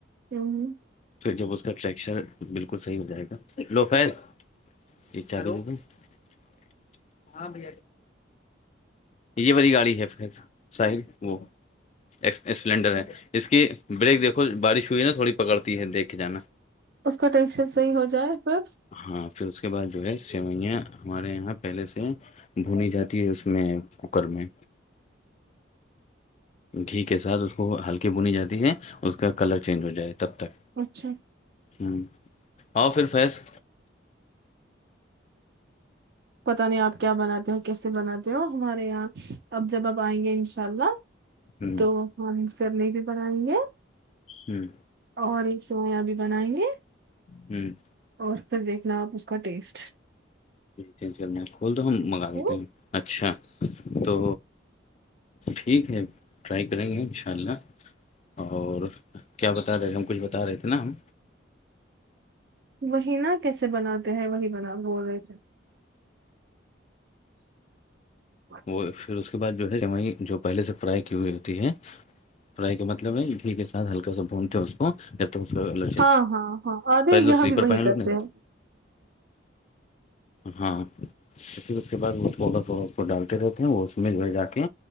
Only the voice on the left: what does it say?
پھر جب اس کا ٹریکشر بالکل صحیح ہو جائے گا لو فر اھااں با یہ والی گاڑی ہے پھر ساحر وہ اسپلینڈر ہے اس کی بریک دیکھو بارش ہوئی نا تھوڑی پکڑتی ہے دیکھ کے جانا
ہاں پھر اس کے بعد جو ہے سوئیاں ہمارے یہاں پہلے سے بھنی جاتی ہے اس میں کوکر میں
گھی کے ساتھ اس کو ہلکی بنی جاتی ہے اس کا کلر چینج ہو جائے تب تک
ہوں آؤ پھر فیض
ہوں
ہوں
جی
چینج کرنا ہے کھول تو ہم منگا لیتے
ہیں اچھا تو ٹھیک ہے ٹرائی کریں گے ان شاء اللہ اور کیا بتا رہے تھ ہم کچھ بتا رہے تھے نا ہم
وہ پھر اس کے بعد جو ہے وہ جو پہلے سے فرائی کی ہوئی ہوتی ہے فرائی کا مطلب ہے کے سھ ہلکا سا بھونتے اس کو <unintelligible>
پہلے تو
سلیپر
پہن
لو نہیں
ہاں اس کے بعد وہا تھڑا کو ڈال رہتے ہیں اس میں جو ہے جا کے